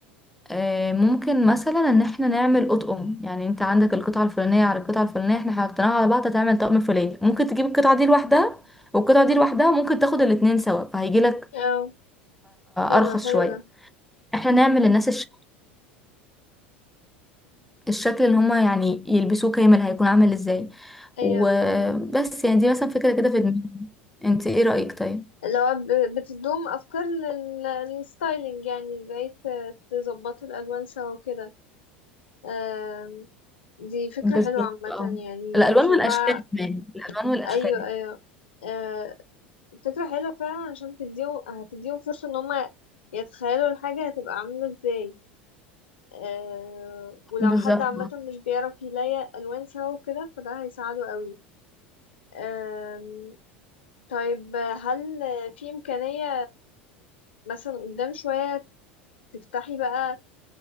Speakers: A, in the centre; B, on the left.
A: آه، ممكن مثلا ان احنا نعمل اطقم يعني انت عندك القطعه الفلانيه على القطعه الفلانيه احنا حطيناها على بعض هتعمل طقم فلاني ممكن تجيب القطعه دي لوحدها والقطعه دي لوحدها ممكن تاخد الاتنين سوا فهيجي لك
B: اه حلو
A: ارخص
B: حلو
A: شويه
B: ده
A: احنا نعمل للناس الش- الشكل اللي هما يعني يلبسوه كامل هيكون عامل ازاي
B: ايوه
A: وبس
B: فاهمة
A: يعني دي مثلا فكره كده في دماغي انت ايه رايك طيب
B: لو ب- بتدوم افكار لل- للستايلينج يعني ازاي ت- تظبطوا الالوان سوا وكده آم، دي فكرة
A: بالظبط
B: حلوة عامة
A: اه
B: يعني
A: الالوان
B: شايفاها
A: والاشكال كمان الالوان والاشكال
B: أيوة أيوة آه، فكرة حلوة فعلا عشان تديهم هتديهم فرصة إن هما يتخيلوا الحاجة هتبقى عاملة ازاي آه، ولو
A: بالظبط
B: حد عامة مش بيعرف يلاقي ألوان سوا وكده فده هيساعده قوي آم، طيب هل في إمكانية مثلا قدام شوية تفتحي بقى